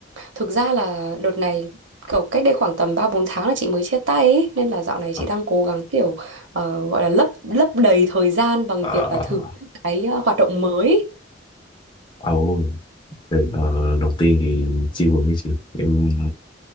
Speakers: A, on the right; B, on the left.
A: thực ra là đợt này kiểu cách đây khoảng tầm 3 4 tháng là chị mới chia tay ấy, nên là dạo này
B: Ờ,
A: chị đang cố gắng kiểu ờ, gọi là lấp lấp đầy thời gian bằng
B: ờ,
A: việc là thử những cái ờ, hoạt động mới.
B: ờ, thì, ờ, đầu tiên thì chia buồn với chị. Em